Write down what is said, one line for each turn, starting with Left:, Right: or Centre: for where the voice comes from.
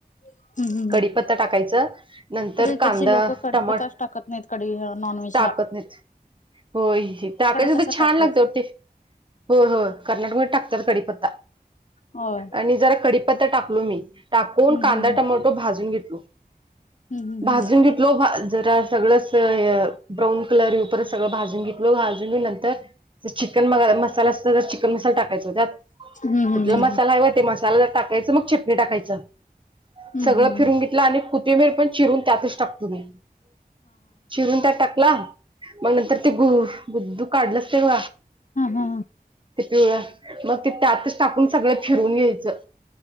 Left: हम्म
Right: कढीपत्ता टाकायचं नंतर
Left: इकडची
Right: कांदा
Left: लोकं कढीपत्ताच
Right: टमाट
Left: टाकत नाहीत कडी अ नॉनव्हेजला.
Right: टाकत नाहीत होय टाकायचं
Left: कसं
Right: हे छान
Left: टाकतात
Right: लागते ओ ते. हो हो कर्नाटकमुळे टाकतात कडीपत्ता
Left: होय
Right: आणि जरा कडी पत्ता टाकलोय मी टाकून
Left: हम्म
Right: कांदा,
Left: हम्म
Right: टमॅटो भाजून घेतलो.
Left: हम्म
Right: भाजून घेतलो भा जरा सगळच हे य ब्राऊन कलर परत, सगळं भाजून घेतल भाजून घेऊन नंतर ते चिकन मअ मसाला असतं ते चिकन मसाला टाकायचा त्यात,
Left: हम्म
Right: कुठल्या
Left: हम्म
Right: मसाला
Left: हम्म
Right: आये वय टाकायचं मग चिटणी टाकायचं
Left: हम्म
Right: सगळं
Left: हम्म हम्म हम्म
Right: फिरून घेतलं आणि कुतेमेर पण चिरून त्यातच टाक तो मी चिरून त्यात टाकला मग नंतर ते गु बुदू काढलंच तेव
Left: हा हा हा
Right: ते पिवळं मग ते त्यातच टाकून सगळं फिरून घ्यायचं.